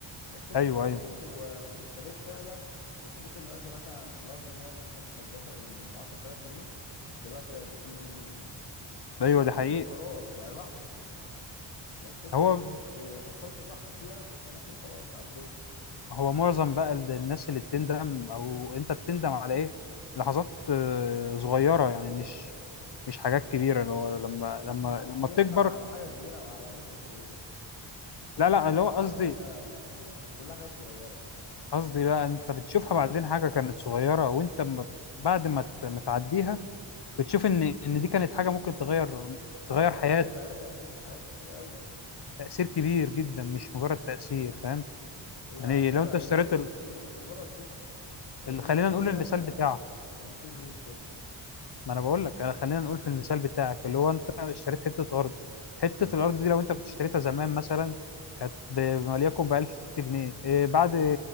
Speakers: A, on the left (about 80°); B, on the left (about 55°).
A: لو كنت
B: ايوه
A: خدته
B: ايوه
A: و- واشتريت فعلا كنت ممكن دلوقتي مثلا الارض دي مثلا كان- كانت باخد ب 10000 جنيه دلوقتي بقت ب 2 مليون جنيه
B: ايوه
A: هو
B: ده
A: حته
B: حقيقي
A: قرار يعني لحظه لو كنت
B: هو
A: آه، فكرت صح فيها كنت ممكن خلاص عديت
B: هو معظم بقى ال- الناس اللي بتندم او انت بتندم على ايه لحظات آه، صغيره يعني مش مش حاجات كبيره اللي هو لما
A: لا
B: لما
A: ما حدش
B: لما
A: بيندم
B: بتكبر
A: على حاجه كبيره او على مده طويله كل
B: لا لا
A: بيندم
B: اللي هو قصدي
A: على حاجه كلها حاجات صغيره
B: قصدي بقى انت بتشوفها بعدين حاجه كانت صغيره وانت ما- بعد ما ت- ما تعديها بتشوف ان ان دي كانت حاجه ممكن تغير
A: اه
B: تغير
A: كان
B: حياتك
A: ممكن يبقى لها تاثير في حاجات كتير قوي
B: تأثير كبير جدا مش مجرد تأثير فاهم
A: هي
B: يعني
A: على فكره
B: لو انت
A: هي
B: اشتريت
A: هي
B: ال...
A: مش هي مش مجرد صدفه هي
B: اللي
A: دي
B: خلينا
A: بتجيلك
B: نقول المثال بتاعك
A: ك- كنصيب ليك كده
B: ما انا بقول لك انا خلينا نقول في المثال بتاعك اللي هو انت اشتريت حتة ارض حتة الارض دي لو انت كنت اشتريتها زمان مثلا كانت ب- وليكن ب 1000 جنيه إيه بعد